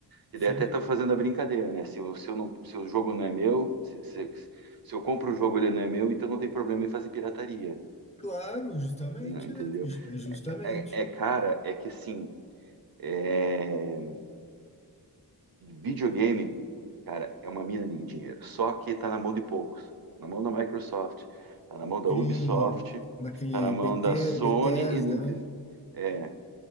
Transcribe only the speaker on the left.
sim,
claro, justamente,
né? Ju- é Justamente.
Sim,
naquele
BT,
Bethesda,
né?